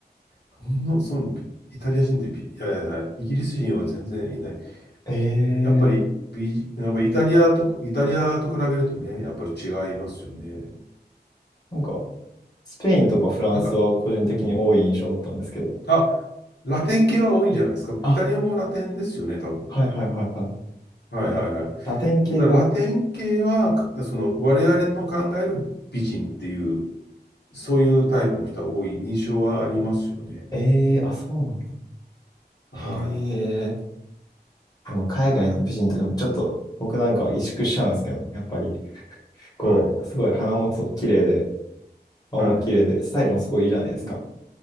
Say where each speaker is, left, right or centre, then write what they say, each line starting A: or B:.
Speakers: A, on the left; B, on the left.
A: ほんの、その、ビイタリア人ってビいやいやいや、イギリス人は全然いない。
B: ええ
A: やっぱり、ビジやっぱイタリアと、イタリアと比べるとね、やっぱり違いますよね。
B: なんか、スペインとかフランスは個人的に多い印象だったんですけど。
A: なんか、うん。あ、ラテン系は多いんじゃないですか。
B: あ、
A: イタリアもラテンですよね、多分。
B: はいはいはいはい。
A: はいはいはい。
B: はい、
A: だからラテン系は、
B: ラテン系が、
A: かその、我々の考える美人っていう、そういうタイプの人は多い印象はありますよね。
B: ええあ、そうなんだ。
A: は
B: へえ。でも海外の美人とかもちょっと僕なんかは萎縮しちゃうんですけどね。やっぱり。こうすごい鼻もと綺麗で、
A: い、はい、
B: 顔も綺麗で、
A: はい。
B: スタイルもすごいいいじゃないですか。
A: うん。